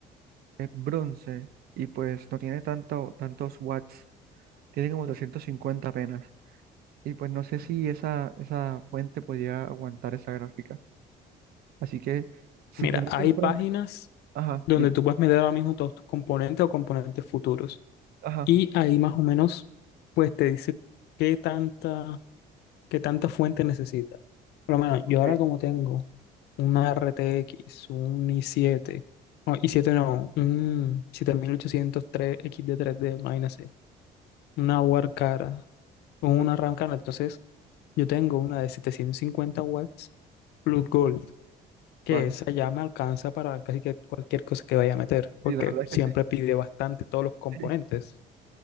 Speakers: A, on the right; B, on the left.
A: es bronce, y pues no tiene tanto, tantos watts, tiene como doscientos cincuenta apenas, y pues no sé si esa, esa fuente podría aguantar esa gráfica. Así que, si
B: Mira,
A: planeo
B: hay
A: comprarme,
B: páginas
A: ajá,
B: donde
A: dime,
B: tú puedes meter ahora mismo todos tus componentes o componentes futuros
A: ajá,
B: y ahí más o menos pues te dice qué tanta, qué tanta fuente necesitas. Por lo menos
A: ok,
B: yo ahora como tengo una RTX, un i7, no, i7 no, un siete mil ochocientos tres x de tres d imagínate una Warcara o una
A: ok,
B: Ramcara. Entonces, yo tengo una de 750 watts Blue Gold, que
A: vale.
B: esa ya me alcanza para casi que cualquier cosa que vaya a meter, porque
A: Sí, la verdad
B: siempre
A: es que
B: pide bastante todos los componentes.
A: sí,